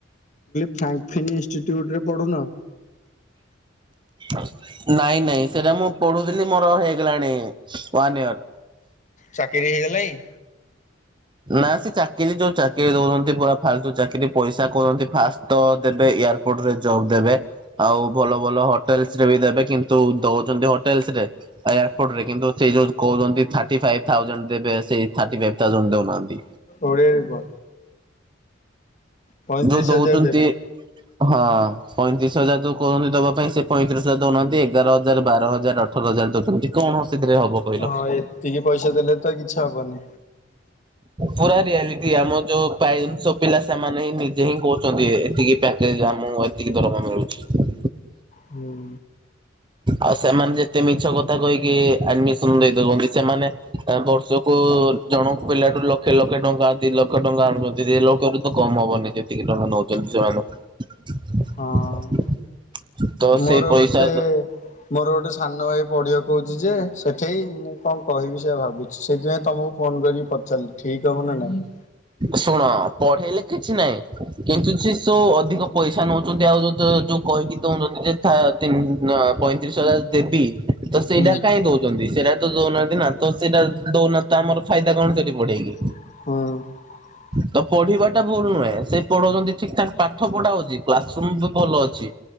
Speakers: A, on the left (about 40°); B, on the right (about 25°).
A: ଫ୍ରାଙ୍କଫିନ୍ ଇନଷ୍ଟିଚ୍ୟୁଟ୍ରରେ ପଢ଼ୁନ?
B: ନାଇଁ ନାଇଁ ସେଟା ମୁଁ ପଢୁଥିଲି ମୋର ହେଇଗଲାଣି। One year.
A: ଚାକିରି ହେଇଗଲାଣି।
B: ନା ସେ ଚାକିରି ଯୋଉ ଚାକିରି ଦଉଚନ୍ତି ପୁରା ଫାଲତୁ ଚାକିରି। ପଇସା କହୁଚନ୍ତି ଫାଷ୍ଟ ତ ଦେବେ ଏୟାରପୋର୍ଟ ରେ ଜବ ଦେବେ ଆଉ ଭଲ ଭଲ ହୋ ଟେଲଶ୍ରେ ବି ଦେବେ କିନ୍ତୁ ଦଉଛନ୍ତି ହୋଟେଲସ୍ରେ ଆଉ ଏୟାରପୋର୍ଟ ରେ କିନ୍ତୁ ସେ ଯୋଉ କହୁଛନ୍ତି ଥାଟି ଫା ଇବ୍ ଥାଉଜେଣ୍ଟ ଦେବେ ସେଇ ଥାଟି ଫାଇଭି ଥାଉଜେଣ୍ଟ ଦଉନାହାନ୍ତି।
A: ଓଡିଆରେ କୁହ ପଇଁତିରିଶ
B: ଯଉ ଦଉଚନ୍ତି
A: ହଜାର ଦେବେ।
B: ହଁ ପଇଁତିରିଶ ହଜାର ଯୋଉ କହୁଚନ୍ତି ଦବା ପାଇଁ ସେ ପଇଁତିରିଶ ହଜାର ଦଉନାହାନ୍ତି ଏଗାର ହଜାର ବାର ହଜାର ଅଠର ହଜାର କଣ ସେଥିରେ ହବ କହିଲ?
A: ହଁ ଏତିକି ପଇସା ଦେଲେ ତ କିଛି ହବନି
B: ପୁରା ରିୟଲିଟି ଆମ ଯୋଉ ପାଇ ସବୁ ପିଲା ସେମାନେ ହିଁ ନିଜେ ହିଁ କହୁଛନ୍ତି। ଏତିକି ପ୍ୟାକେଜ ଆମକୁ ଏତିକି ଦରମା ମିଳୁଛି।
A: ହୁଁ।
B: ଆଉ ସେମାନେ ଯେତେ ମିଛ କଥା କହିକି ଆଡମିସନ ଦେଇ ଦଉଛନ୍ତି ସେମାନେ ବର୍ଷକୁ ଜଣଙ୍କ ପିଲାଠୁ ଲ ଏ ଲକ୍ଷେ ଟଙ୍କା ଦି ଲକ୍ଷ ଟଙ୍କା ଆଣୁଛନ୍ତି ଦି ଲକ୍ଷରୁ ତ କମ ହବନି ଯେତିକି ଟଙ୍କା ନଉଛନ୍ତି ସେମାନେ।
A: ହଁ।
B: ତ ସେଇ
A: ମୋର
B: ପଇସା
A: ଗୋଟେ ମୋର ଗୋଟେ ସାନ ଭାଇ ପଢିବ କହୁଛି ଯେ ସେଠେଇ ମୁଁ କଣ କହିବି ସେ ଭାବୁଛି ସେଥିପାଇଁ ତମକୁ ଫୋନ କରିକି ପଚାରିଲି ଠିକ ହବ ନା ନାଇଁ
B: ଶୁଣ ପଢେଇଲେ କିଛି ନାଇଁ କିନ୍ତୁ ସେ ସୋ ଅଧିକ ପଇସା ନଉଛନ୍ତି ଆଉ ଯୋଉ ଯୋଉ କହିକି ଦଉଛନ୍ତି ଯେ ଥା ତିନ ପଇଁତିରିଶ ହଜାର। ଦେବି। ତ ସେଇଟା
A: ହୁଁ।
B: କାଇଁ ଦଉଛନ୍ତି ସେଇଟା ତ ଦଉନାହାନ୍ତି ନା ତ ସେଇଟା ଦଉନା ତ ଆମର ଫାଇଦା କଣ ସେଠି ପଢେଇକି।
A: ହଁ।
B: ତ ପଢିବା ଟା ଭୁଲ ନୁହେଁ ସେ ପଢ ନ୍ତି ଠିକ ଠାକ ପାଠ ପଢା ଅଉଛି କ୍ଲାସ ରୁମ ବି ଭଲ ଅଛି।